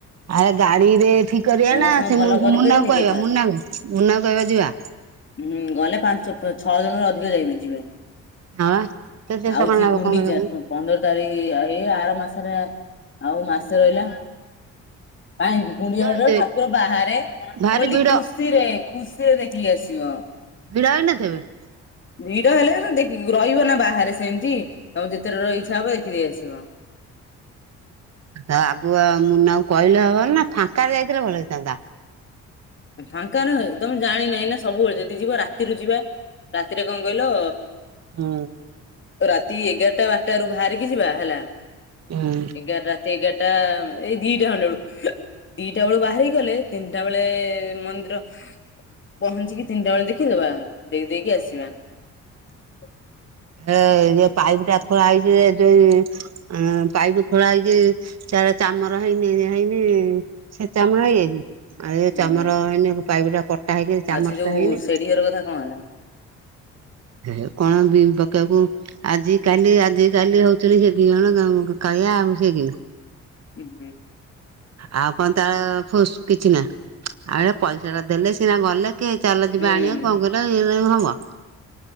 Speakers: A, on the right; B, on the left.
A: ଆରେ ଗାଡିରେ ଠିକ କରିବା
B: ସମସ୍ତଙ୍କୁ
A: ନା ସେ
B: ଭଲ
A: ମୁ-ମୁନାଙ୍କୁ
B: କରିିକରି ନିଜେ
A: କହିବା
B: ଖରାପ
A: ମୁନାକୁ ମୁନାକୁ କହିବା ଯିବା।
B: ହୁଁ ଗଲେ ପାଞ୍ଚ ଅ-ଛଅ ଜଣରୁ ଅଧିକ ଯାଇହୁଏ-ଯିବେନି।
A: ହଁ ବା କେତେ
B: ଆଉଚି
A: ଟଙ୍କା ନବ
B: ଗୁଣ୍ଡିଚା
A: କଣ କହିଲୁ?
B: ହେ-ପନ୍ଦର ତାରିଖି ଏଇ ଆର ମାସର ଆଉ ମାସେ ରହିଲା। କାହିଁକି କୁଣ୍ଡିଚା
A: ଭିଡ ହେଇଥିବେ
B: ପାଖରେ ଠାକୁର ବାହାରେ ଓଲଟି
A: ଭାରି ଭିଡ
B: ଖୁସିରେ ଖୁସିରେ ଦେଖିକି ଆସିବ।
A: ଭିଡ଼ ହେଇନଥିବେ?
B: ଭିଡ ହେଲେ ବି ସେଇ ଦେଖ୍ ରହିବେ ନା ବାହାରେ ସେମତି ଆଉ ଭିତରେ ରହି ଠିଆହେବେ ଦେଖିଦେଇ ଆସି ଯିବ।
A: ଆ ଆଗୁଆ ମୁନାକୁ କହିଲେ ହବନା ଫାଙ୍କାରେ ଯାଇଥିଲେ ଭଲ ହେଇଥାନ୍ତା।
B: ଏ ଫାଙ୍କା ନୁହେଁ ତମେ ଜାଣିିନ ଏଇନା ସବୁବେଳେ ଯଦି ଯିବା ରାତିରୁ ଯିବା ରାତ୍ ରାତିରେ କଣ କହିଲ
A: ଓ
B: ରାତି ଏଗାରଟା ବାରଟାରୁୁ ଭାରିକି ଯିବା ହେଲା
A: ହୁଁ
B: ଏଗାର ରାତି ଏଗାର ଟା ଏଇ ଦିଟା ଖଣ୍ଡେ ବେଳୁ ଦିଟା ବେଳୁ ବାହାରିକି ଗଲେ ତିନଟା ବେଳେ ଏ ମନ୍ଦିର ପହଞ୍ଚିକି ତିନଟା ବେଳେ ଦେଖିଦବା ଦେଖିଦେଇକି ଆସିବା। ଏ ଏ
A: ଏ ଇଏ ପାଇପଟା ଖୋଳା ହେଇଚି ଯୋଉ ଆଁ-ପାଇପି ଖୋଳା ହେଇଚି ତାର ଚାମର ହେଇନି ହେଇନି ସେ ଚାମର ହେଇଯାଇଚି। ଆଉ ଏ
B: ହୁଁ
A: ଚାମର
B: ହୁଁ।
A: ହେଇନି ପାଇପରା ପ ତାହା ବି ଚାମଚଟା
B: ଆଉ ସେ ଯୋଉ
A: ହେଇନି।
B: ସେଢି ଘର କଥା କଣ ହେଲା
A: ହେ କଣ ବିଲ୍ ପକେଇବାକୁ ଆଜି କାଲି ଆଜି କାଲି ହୋଉଥୁଲେ ସେ ଦିଜଣ ଜଣକୁ କ ଏହା ମୁଁ ମିଶିକି।
B: ଉଁ ହୁଁ।
A: ଆଉ କଣ ତାର ଫୁସ୍ କିଛି ନା ଆଉ ଏ ପଇସାଟା ଦେଲେ ସିନା ଗଲେ କେ ଚାଲ ଯିବା
B: ହୁଁ
A: ଆଣିବା କଣ କରିବା ଇଏରାରେ କଣ ହବ।